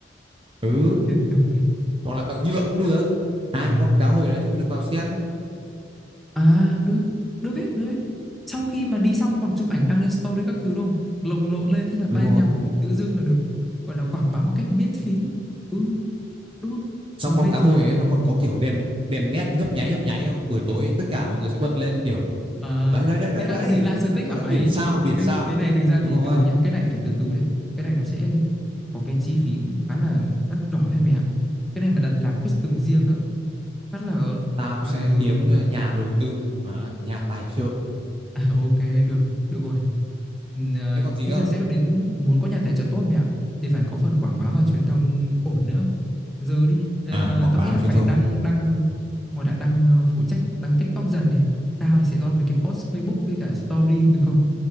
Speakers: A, on the right; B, in the centre.
A: Ừ,
B: trên tấm vé.
A: hoặc là bằng nhựa cũng được. Ai
B: Ờ.
A: có con cá hồi đấy thì mới được vào xem.
B: À được, được hết, được hết. Sau khi mà đi xong còn chụp ảnh đăng lên story các thứ đúng không? Lồng lộn lên thế là ban
A: Đúng rồi.
B: nhạc của mình tự dưng là được gọi là quảng bá một cách miễn phí. Ừ, đúng không?
A: xong
B: Còn
A: con
B: bây
A: cá
B: giờ
A: hồi
B: thì
A: ấy nó còn có kiểu đèn đèn nét nhấp nháy nhấp nháy không buổi tối tất cả mọi người sẽ bật lên kiểu
B: ờ,
A: đấy đấy đấy đấy
B: thế khác
A: đấy
B: gì live static
A: gọi
B: hả
A: là
B: mày?
A: biển sao biển
B: Ê,
A: sao
B: cái này thực ra
A: đúng
B: thì
A: rồi
B: từ từ nhá, cái này phải từ từ đấy. Cái này nó sẽ có cái chi phí cũng khá là đắt đỏ đấy mày ạ. Cái này mà đặt làm custom riêng á, khá là
A: tao
B: mà
A: sẽ
B: giờ
A: kiếm nhà đầu tư Đấy, nhà tài trợ
B: À, ok, được, được rồi. Ừm, ờ,
A: thế còn gì
B: Thế
A: nữa
B: giờ
A: không
B: sẽ đến muốn có nhà tài trợ tốt mẹ ạ thì phải có phần quảng bá và truyền thông ổn nữa. Giờ đi, ờ,
A: à quảng
B: tao
A: cáo
B: nghĩ là
A: truyền
B: phải
A: thông
B: đăng
A: à
B: đăng gọi là đăng ờ, phụ trách đăng TikTok dần đi. Tao thì sẽ lo mấy cái post Facebook với cả story được không?